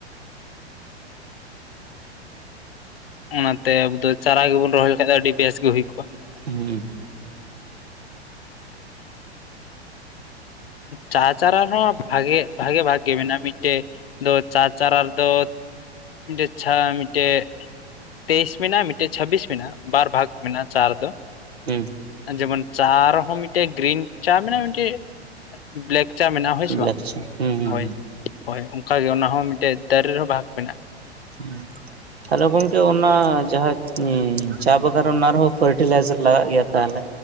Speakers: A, on the left (about 60°); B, on the right (about 65°).
A: ᱚᱱᱟ ᱛᱮ ᱟᱵᱩ ᱫᱚ ᱪᱟᱨᱟ ᱜᱮᱵᱚ ᱨᱚᱦᱚᱭ ᱞᱮᱠᱷᱟᱱᱡ ᱫᱚ ᱟᱹᱰᱤ ᱵᱮᱥ ᱜᱮ ᱦᱩᱭ ᱠᱚᱜᱼᱟ᱾
B: ᱦᱩᱸ
A: ᱪᱟ ᱪᱟᱨᱟ ᱦᱚᱸ ᱵᱷᱟᱜᱮ ᱵᱷᱟᱜᱮ ᱵᱷᱟᱜ ᱜᱮ ᱢᱮᱱᱟᱜᱼᱟ ᱢᱤᱫᱴᱮᱡ ᱫᱚ ᱪᱟ ᱪᱟᱨᱟ ᱟᱫᱚ ᱢᱤᱫ ᱪᱷᱟ ᱢᱤᱫᱴᱮᱡ ᱛᱮᱭᱤᱥ ᱢᱮᱱᱟᱜᱼᱟ ᱢᱤᱫᱴᱮᱱ ᱪᱷᱟᱵᱵᱤᱥ ᱢᱮᱱᱟᱜᱼᱟ᱾ ᱵᱟᱨ ᱵᱷᱟᱜᱽ ᱢᱮᱱᱟᱜᱼᱟ ᱪᱟ ᱨᱮ ᱫᱚ᱾
B: ᱦᱩᱸ
A: ᱡᱮᱢᱚᱱ ᱪᱟ ᱨᱮᱦᱚᱸ ᱢᱤᱫᱴᱮᱡ ᱜᱨᱤᱱ ᱪᱟ ᱢᱮᱱᱟᱜᱼᱟ, ᱢᱤᱫᱴᱮᱡ ᱵᱞᱮᱠ ᱪᱟ ᱢᱮᱱᱟᱜᱼᱟ, ᱦᱳᱭ
B: ᱦᱩᱸ
A: ᱥᱮ
B: ᱵᱞᱮᱠ
A: ᱵᱟᱝ?
B: ᱪᱟ ᱦᱩᱸ ᱦᱩᱸ
A: ᱦᱳᱭ᱾
B: ᱦᱩᱸ
A: ᱦᱳᱭ ᱚᱱᱠᱟᱜ ᱜᱮ ᱚᱱᱟ ᱦᱚᱸ ᱢᱤᱫᱴᱮᱡ ᱫᱟᱨᱮ ᱨᱮᱦᱚᱸ ᱵᱷᱟᱜᱽ ᱢᱮᱱᱟᱜᱼᱟ᱾
B: ᱦᱩ ᱛᱟᱦᱞᱮ ᱜᱚᱝᱠᱮ ᱚᱱᱟ ᱡᱟᱦᱟᱸ ᱪᱟ ᱵᱟᱜᱟᱱ ᱚᱱᱟ ᱨᱮᱦᱚᱸ ᱯᱷᱟᱨᱴᱤᱞᱟᱭᱡᱟᱨ ᱞᱟᱜᱟᱜ ᱜᱮᱭᱟ ᱛᱟᱦᱞᱮ᱾